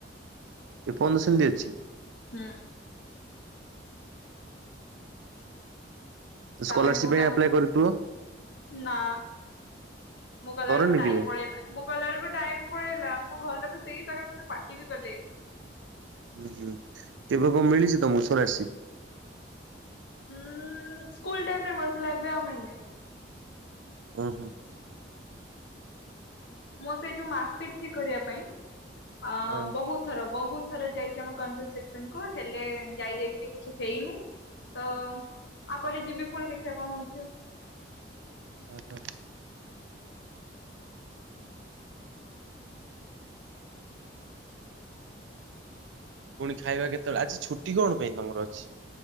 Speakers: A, on the right; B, on the left.
A: ଏପନ୍ଦ ସେମିତି ଅଛି?
B: ହୁଁ।
A: ସ୍କଲାରସିପ
B: ତାପରେ ମୁଁ
A: ପାଇଁ
B: ତାଙ୍କ୍
A: ଆପ୍ଲାଏ କରିଥିବ?
B: ନା ମୁଁ ଗଲା
A: କରନି
B: ବେଳକୁ ଟାଇମ୍
A: କେବେ?
B: ପଳେଇଲା। ମୁଁ ଗଲା ବେଳକୁ ଟାଇମ୍ ପଳେଇଲା ମୋ ଘର ଲୋକ ସେଇତେରେ ମତେ ପାଟିବି କଲେ।
A: ହୁଁ ହୁଁ କେବେ <unintelligible> ମିଳିଚି ତମକୁ ସ୍କଲାରସିପ୍?
B: ଉଁ ସ୍କୁଲ୍ ଟାଇମରେ ମିଳୁଥିଲା ଏବେ ଆଉ ମିଳିନି।
A: ଓହୋ।
B: <inaudible> ମୁଁ ସେଇ ଯୋଉ ମାର୍କସିଟ୍ ଠିକ୍ କରିବା ପାଇଁ ଆ
A: ହଁ
B: ବହୁତ୍ ଥର ବହୁତ୍ ଥର ଯାଇଚି ଆମ <unintelligible> କୁ ହେଲେ ଯାଇ ଯାଇକି ବି କିଛି ହେଇନି। ତ ଆପରେ ଯିବି ଫୁଣି ଦେଖିବା କଣ ହଉଚି ଆଉ।
A: <inaudible> ପୁଣି ଖାଇବା କେତେବେଳେ ଆଜି ଛୁଟି କଣ ପାଇଁ ତମର ଅଛି?